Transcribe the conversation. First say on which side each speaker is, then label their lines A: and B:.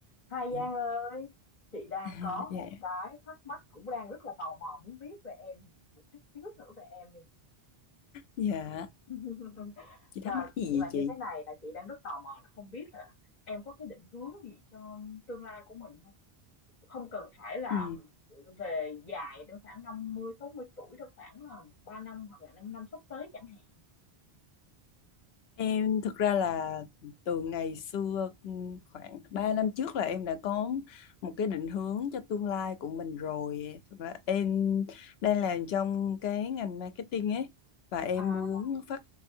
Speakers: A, on the left; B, on the left.
A: Hai
B: <laughs>
A: Giang
B: Ừ.
A: ơi, chị đang
B: À,
A: có
B: dạ,
A: một cái thắc mắc cũng đang rất là tò mò muốn biết về em một chút xíu nữa về em đi.
B: dạ,
A: <laughs>
B: chị thắc
A: Cả
B: mắc gì
A: chuyện là
B: vậy
A: như
B: chị?
A: thế này là chị đang rất tò mò là không biết là em có cái định hướng gì cho tương lai của mình không? Không cần phải là
B: Ừ.
A: về dài đến khoảng năm mươi sáu mươi tuổi đâu khoảng là ba năm hoặc là 5 năm sắp tới chẳng hạn.
B: Em thực ra là từ ngày xưa ừm, khoảng 3 năm trước là em đã có một cái định hướng cho tương lai của mình rồi. Thực ra em đang làm trong cái ngành marketing ấy và em
A: à
B: muốn phát